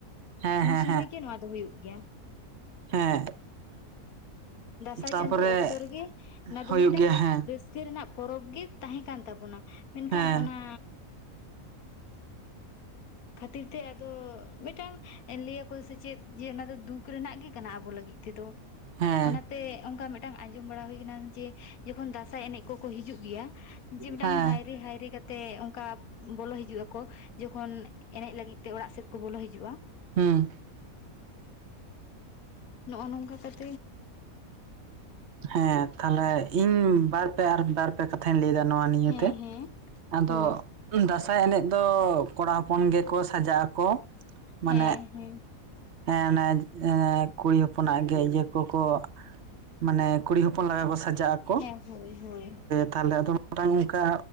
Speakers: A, on the right; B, on the left.
A: ᱦᱮᱸ ᱦᱮᱸ
B: ᱩᱱ ᱥᱩᱢᱟᱹᱭ ᱜᱮ ᱱᱚᱣᱟ ᱫᱚ ᱦᱩᱭᱩᱜ ᱜᱮᱭᱟ᱾
A: ᱦᱮᱸ᱾
B: ᱫᱟᱸᱥᱟᱭ
A: ᱦᱮᱸ ᱛᱟᱯᱚᱨᱮ
B: ᱪᱟᱸᱫᱳ ᱚᱠᱛᱚ ᱨᱮᱜᱮ ᱚᱱᱟ ᱫᱚ
A: ᱦᱩᱭᱩᱜ
B: ᱢᱤᱫᱴᱟᱝ
A: ᱜᱮᱭᱟ ᱦᱮᱸ
B: ᱨᱟᱹᱥᱠᱟᱹᱼᱼ ᱨᱟᱹᱥᱠᱟᱹ ᱨᱮᱱᱟᱜ ᱯᱚᱨᱚᱵᱽ ᱜᱮ ᱛᱟᱦᱮᱸ ᱠᱟᱱ ᱛᱟᱵᱚᱱᱟ ᱢᱮᱱᱠᱷᱟᱱ
A: ᱦᱮᱸ
B: ᱚᱱᱟᱼᱼ ᱠᱷᱟᱹᱛᱤᱨ ᱛᱮ ᱟᱫᱚ ᱢᱤᱫᱴᱟᱝ ᱞᱟᱹᱭᱟᱠᱚ ᱥᱮ ᱪᱮᱫ ᱡᱮ ᱚᱱᱟ ᱫᱚ ᱫᱩᱠ ᱨᱮᱱᱟᱜ ᱜᱮ ᱠᱟᱱᱟ ᱟᱵᱚ ᱞᱟᱹᱜᱤᱫ ᱛᱮᱫᱚ
A: ᱦᱮᱸ
B: ᱛᱮ ᱚᱱᱠᱟ ᱢᱤᱫᱴᱟᱝ ᱟᱸᱡᱚᱢ ᱵᱟᱲᱟ ᱦᱩᱭ ᱟᱠᱟᱱᱟ ᱡᱮ ᱡᱚᱠᱷᱚᱱ ᱫᱟᱥᱟᱸᱭ ᱮᱱᱮᱡ ᱠᱚᱠᱚ ᱦᱤᱡᱩᱜ ᱜᱮᱭᱟ᱾ ᱡᱮ ᱢᱤᱫᱴᱟᱝ
A: ᱦᱮᱸ
B: ᱦᱟᱭᱨᱮ ᱦᱟᱭᱨᱮ ᱠᱟᱛᱮ ᱚᱱᱠᱟ ᱵᱚᱞᱚ ᱦᱤᱡᱩᱜᱼᱟᱠᱚ ᱡᱚᱠᱷᱚᱱ᱾ ᱮᱱᱮᱡ ᱞᱟᱹᱜᱤᱫ ᱛᱮ ᱚᱲᱟᱜ ᱥᱮᱫ ᱠᱚ ᱵᱚᱞᱚ ᱦᱤᱡᱩᱜᱼᱟ᱾
A: ᱦᱮᱸ
B: ᱱᱚᱜᱼᱚ ᱱᱚᱝᱠᱟ ᱠᱟᱛᱮᱼᱼ
A: ᱦᱮᱸ ᱛᱟᱦᱞᱮ ᱤᱧ ᱵᱟᱨ ᱯᱮ ᱟᱨ ᱵᱟᱨᱯᱮ ᱠᱟᱛᱷᱟᱧ ᱞᱟᱹᱭ ᱫᱟ ᱱᱚᱣᱟ ᱱᱤᱭᱟᱹᱛᱮ
B: ᱦᱮᱸ ᱦᱮᱸ
A: ᱟᱫᱚᱼᱼ
B: ᱦᱩᱸ
A: ᱫᱟᱸᱥᱟᱭ ᱮᱱᱮᱡ ᱫᱚ ᱠᱚᱲᱟ ᱦᱚᱯᱚᱱ ᱜᱮᱠᱚ ᱥᱟᱡᱟᱜ ᱟᱠᱚ ᱢᱟᱱᱮᱼᱼ
B: ᱦᱮᱸ ᱦᱮᱸ
A: ᱦᱮᱸ ᱚᱱᱮ ᱠᱩᱲᱤ ᱦᱚᱯᱚᱱᱟᱜ ᱜᱮ ᱤᱭᱟᱹ ᱠᱚᱠᱚ ᱢᱟᱱᱮ ᱠᱩᱲᱤ ᱦᱚᱯᱚᱱ ᱞᱮᱠᱟ ᱠᱚ ᱥᱟᱡᱟᱜ ᱟᱠᱚ᱾
B: ᱦᱮᱸ ᱦᱳᱭ ᱦᱳᱭ
A: ᱛᱟᱦᱚᱞᱮ ᱟᱫᱚ ᱢᱤᱫᱴᱟᱝ ᱚᱝᱠᱟᱼᱼ